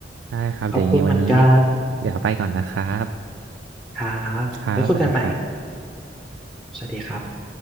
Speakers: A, on the right (about 90°); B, in the centre.
A: ได้ครับ
B: ขอบคุณเหมือนกัน
A: เดี๋ยวยังไงวันนี้เดี๋ยวไปก่อนนะครับ
B: ครับไว้คุยกันใหม่
A: ครับสวัสดีครับ
B: สวัสดีครับ